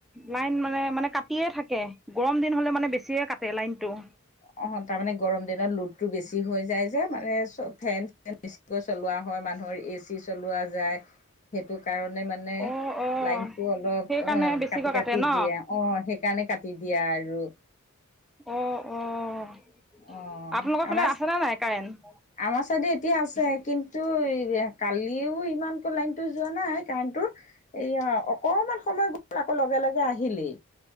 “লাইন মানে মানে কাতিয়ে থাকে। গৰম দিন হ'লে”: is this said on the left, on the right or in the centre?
Centre